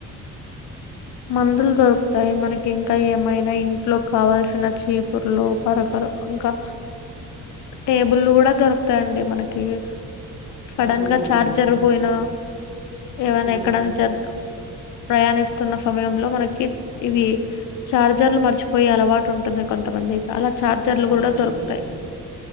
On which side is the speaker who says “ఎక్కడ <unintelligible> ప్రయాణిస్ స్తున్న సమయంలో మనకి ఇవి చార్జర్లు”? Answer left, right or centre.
Left